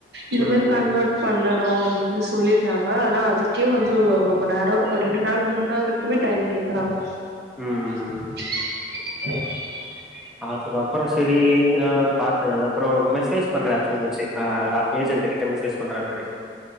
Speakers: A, on the right (about 65°); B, in the centre.
A: இந்த
B: ம்.
A: மாறி கன்வொர்ட் பண்ணறோம் அப்படின்னு சொல்லிடுறாங்க ஆனா அதுக்கே வந்து ரொம்ப நேரம் ரெண்டு நாள் மூணு நாள் வரைக்குமே டைம் கேக்குறாங்க
B: ம்.
A: ச்
B: அது அப்புறம் சரி நான் பாத்தேன் அப்புறம் மெசேஜ் பண்ற ஆப்ஷன் இருந்திச்சு ஏஜென்ட்டு கிட்ட மெசேஜ் பண்ற மாரி